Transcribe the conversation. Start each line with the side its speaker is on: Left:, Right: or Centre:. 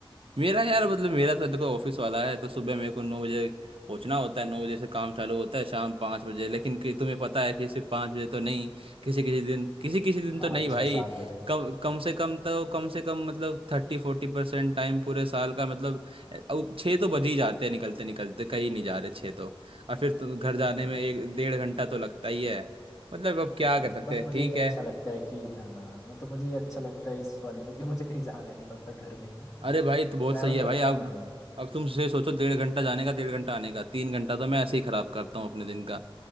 Right: मेरा यार मतलब मेरा तो देखो ऑफिस वाला है तो सुबह मेरे को नौ बजे पहुंचना होता है नौ बजे से काम चालू होता है शाम पाँच बजे लेकिन कि तुम्हें पता है कि सिर्फ पाँच बजे तो नहीं किसी किसी दिन किसी किसी दिन
Left: हाँ
Right: तो नहीं भाई
Left: छः सात बजे
Right: कम कम से कम तो कम से कम मतलब थर्टी फोर्टी परसेंट टाइम पूरे साल का मतलब अ, अब छः तो बज ही जाते हैं निकलते निकलते कहीं नहीं जा रहे छः तो और फिर तो घर जाने
Left: भाई
Right: में एक डेढ़ घंटा तो लगता ही है मतलब अब क्या
Left: हाँ
Right: कर सकते
Left: बस
Right: हैं
Left: मुझे
Right: ठीक
Left: ये
Right: है
Left: अच्छा लगता है कि हाँ मतलब मुझे ये अच्छा लगता है इस वाली में कि मुझे कहीं जाना नहीं पड़ता घर में ही हूँ तो
Right: अरे भाई तो बहुत
Left: ट्रैवल
Right: सही है भाई
Left: करने
Right: अब
Left: में हाँ
Right: अब तुम से सोचो डेढ़ घंटा जाने का डेढ़ घंटा आने का तीन घंटा तो मैं ऐसे ही खराब करता हूँ अपने दिन का